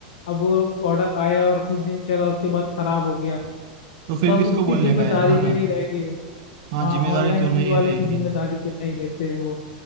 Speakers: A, on the left (about 60°); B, on the right (about 40°).
A: अब वो ऑर्डर आया और कुछ दिन चला उसके बाद खराब हो गया
B: तो फिर
A: तब
B: किसको
A: उसकी
B: बोलने
A: जिम्मेदारी
B: का यार है
A: पे
B: ना
A: नहीं रहेगी
B: हाँ
A: हाँ
B: जिम्मेदारी
A: ऑनलाइन
B: तो नहीं
A: वाले
B: रहेंगी
A: की जिम्मेदारी पे नहीं लेते हैं वो